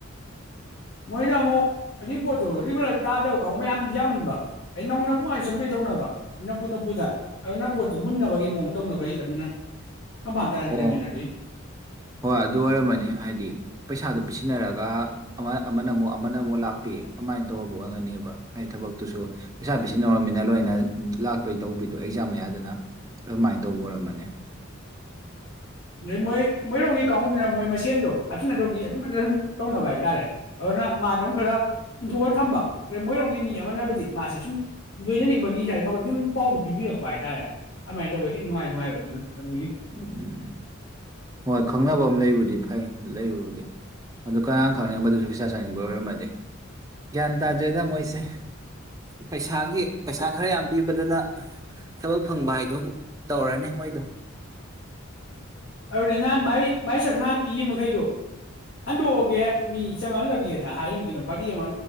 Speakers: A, on the left (about 60°); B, on the right (about 15°).
A: ꯃꯣꯏꯅ ꯑꯃꯨꯛ ꯑꯗꯨꯒꯤ ꯄꯣꯠꯇꯨ ꯔꯤꯒꯨꯂꫪ ꯇꯥꯗꯕ ꯀ ꯃꯌꯥꯝ ꯌꯥꯝꯃꯟꯕ ꯑꯩ ꯅꯧꯅ ꯄꯨꯡꯉꯥ ꯆꯪꯗꯣꯏ ꯇꯧꯅꯕ ꯅꯝꯐꯨ ꯅꯝꯐꯨꯗ ꯑꯗꯨꯅ ꯄꯣꯠꯇꯨ ꯃꯨꯟꯅꯕꯒꯤ ꯃꯑꯣꯡ ꯇꯧꯅꯕꯩ ꯑꯗꯨꯅ ꯐꯝꯐꯥꯝ ꯇꯥꯅꯗ꯭ꯔꯤꯃꯤꯅ
B: ꯑꯣ
A: ꯑꯗꯨꯏ
B: ꯍꯣꯏ ꯑꯗꯨ ꯑꯣꯏꯔꯝꯃꯅꯤ ꯍꯥꯏꯗꯤ ꯄꯩꯁꯥꯗꯨ ꯄꯤꯁꯤꯟꯅꯔꯒ ꯑꯃ ꯑꯃꯅꯃꯨꯛ-ꯑꯃꯅꯃꯨꯛ ꯂꯥꯛꯄꯤ ꯑꯃꯥꯏꯅ ꯇꯧꯕ ꯑꯣꯏꯒꯅꯦꯕ ꯍꯥꯏꯗꯤ ꯊꯕꯛꯇꯨꯁꯨ ꯄꯩꯁꯥ ꯄꯤꯁꯤꯟꯅꯧꯔꯃꯤꯅ ꯂꯣꯏꯅ ꯂꯥꯛꯇꯣꯏ ꯇꯧꯕꯤꯗꯣ ꯑꯦꯛꯖꯥꯝ ꯃꯌꯥꯗꯅ꯫ ꯑꯗꯨꯃꯥꯏꯅ ꯇꯧꯕ
A: ꯎꯝ
B: ꯑꯣꯏꯔꯝꯃꯅꯤ꯫
A: ꯑꯗꯩ ꯃꯣꯏ ꯃꯣꯏꯔꯣꯝꯒꯤ ꯀꯥꯡꯕꯨꯗꯨꯅ ꯃꯣꯏ ꯃꯁꯦꯟꯗꯣ, ꯍꯥꯞꯆꯤꯟꯅꯗꯧꯒꯤ ꯑꯗꯨꯝ ꯐꯖ ꯑꯗꯨꯝ ꯇꯧꯅꯕ ꯍꯥꯏꯇꯥꯥꯔꯦ ꯑꯗꯨꯅ ꯃꯥꯖꯤ ꯑꯃꯨꯛ ꯈꯔ ꯏꯟꯊꯣꯛꯑ ꯊꯝꯕ ꯑꯗꯩ ꯃꯣꯏꯔꯣꯝꯒꯤ ꯃꯤ ꯑꯃꯅꯕꯨꯗꯤ ꯃꯥꯁꯤ ꯁꯨꯝ ꯂꯣꯏꯖꯅꯤꯡꯕꯒꯤ ꯃꯉꫭꯟ ꯗꯨꯝ ꯄꯥꯎꯗꫭ ꯄꯤꯕꯤꯔꯛꯄ ꯍꯥꯏꯇꯥꯔꯦ ꯑꯗꯨꯃꯥꯏꯅ ꯇꯧꯕ ꯈꯤ ꯅꯨꯡꯉꯥꯏ ꯅꯨꯡꯉꯥꯏꯕ ꯑꯗꯨꯅ ꯑꯗꯨꯒꯤ꯫
B: ꯎꯝ ꯍꯣꯏ ꯈꯪꯅꯕ ꯑꯃ ꯂꯩꯕꯨꯗꯤ ꯐꯩ ꯂꯩꯕꯕꯨꯗꯤ ꯑꯗꯨ ꯀꯅꯥ ꯈꯪꯅꯤ ꯃꯗꯨꯁꯨ ꯄꯩꯁꯥ ꯆꯥꯅꯤꯡꯕ ꯑꯣꯏꯔꯝꯃꯗꯤ꯫ ꯒ꯭ꯌꯥꯟ ꯇꯥꯗ꯭ꯔꯦ ꯃꯣꯏꯁꯦ꯫ ꯄꯩꯁꯥꯒꯤ ꯄꯩꯁꯥ ꯈꯔ ꯌꯥꯝ ꯄꯤꯕꯗꯅ ꯊꯕꯛ ꯐꯪꯕ ꯍꯥꯏꯗ ꯇꯧꯔꯅꯤ ꯃꯣꯏꯗꯣ <inaudible>
A: ꯑꯗꯨꯅꯦ ꯅꯍꯥꯟ ꯃꯥꯏ ꯃꯥꯏ ꯁꯛ ꯅꯍꯥꯟ ꯄꯤꯈꯤꯕ ꯃꯈꯩꯗꯣ ꯍꯟꯗꯣꯛꯑꯒꯦ ꯃꯤ ꯆꯪꯍꯜꯂꯒꯦꯗ ꯍꯥꯏꯔꯤꯃꯤ ꯀꯩꯅꯣ ꯐꯔꯤ ꯑꯃ